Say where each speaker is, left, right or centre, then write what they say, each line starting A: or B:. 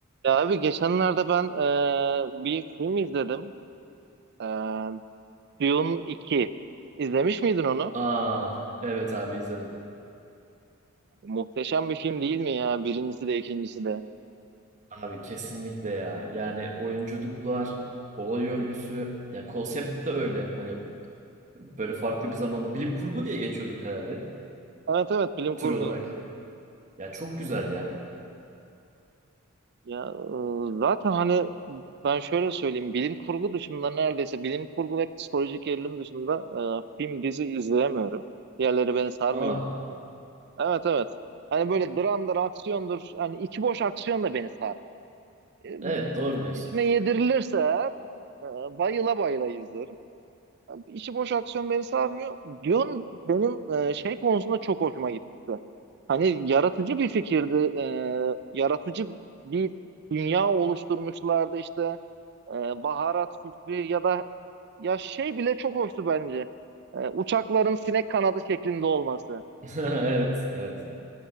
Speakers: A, on the right; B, on the right.
A: Ya abi geçenlerde ben eee, bir film izledim. Eee Dune 2. İzlemiş miydin onu?
B: Aa, evet abi izledim.
A: Muhteşem bir film değil mi ya? Birincisi de ikincisi de.
B: Abi kesinlikle ya. Yani oyunculuklar, olay örgüsü, yani konsept de öyle. Hani böyle farklı bir zamanda bilim kurgu diye geçiyordur herhalde
A: Evet evet bilim kurgu.
B: tür olarak. Ya çok güzel ya.
A: Ya eee, zaten hani ben şöyle söyleyeyim. Bilim kurgu dışında neredeyse bilim kurgu ve psikolojik gerilim dışında eee, film dizi izleyemiyorum. Diğerleri beni sarmıyor
B: Aa,
A: bir türlü. Evet evet. Hani böyle dramdır, aksiyondur. Hani içi boş aksiyon da beni sarmıyor. E,
B: evet
A: Bilim
B: doğru diyorsun.
A: içine yedirilirse Ee, Bayıla bayıla izlerim. Yani İçi boş aksiyon beni sarmıyor. Dune benim e, şey konusunda çok hoşuma gitmişti. Hani yaratıcı bir fikirdi. Ee, yaratıcı bir dünya oluşturmuşlardı işte. Ee, baharat fikri ya da ya şey bile çok hoştu bence. Ee, uçakların sinek kanadı şeklinde olması.
B: <laughs> Evet, evet.